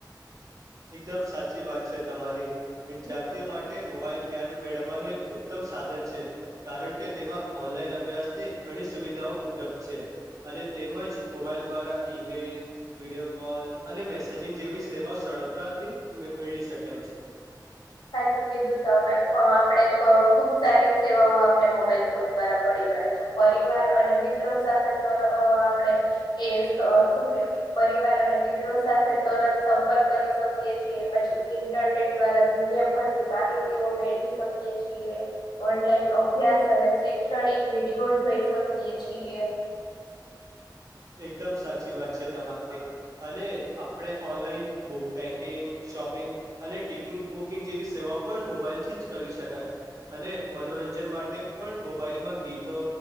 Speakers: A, on the right; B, on the left.
A: એકદમ સાચી વાત છે તમારી વિદ્યાર્થીઓ માટે મોબાઈલ જ્ઞાન મેળવવાનું એકઉ. ઉત્તમ સાધન છે કારણ કે તેમાં ઓનલાઈન અભ્યાસ થી ઘણી સુવિધાઓ ઉપલબ્ધ છે. અને તેમજ મોબાઈલ દ્વારા ઈમેલ વિડીયો કોલ અને મેસેજિંગ જેવી સેવાઓ સર. તથી મેળવી શકાય છે.
B: સાચું કીધું તો અમે આપડે ખુબ સારી સેવાઓ આપણે મોબાઈલ ફોન દ્વારા મળી. રહ્યા છો પરિવાર અને મિત્રો સાથે અ આપડે એલ્સ શું કેવાય. પરિવાર અને મિત્રો સાથે તરત સંપર્ક કરી શકીએ છીએ પછી ઇન્ટરનેટ દ્વારા. દુનિયાભર માહિતીઓ મેળવી શકીએ છીએ ઓનલાઈન. અભ્યાસ અને શૈક્ષણિક વિડીયો જોઈ શકીએ છીએ.
A: એકદમ સાચી વાત છે તમારે અને આપણે ઓનલાઈન બુક બેંકિંગ શોપિંગ અને ટિકિટ બુકિંગ જેવી સેવા પણ મોબાઈલથી જ કરી શકાય અને મનોરંજન. જન માટે પણ મોબાઈલમાં ગીતો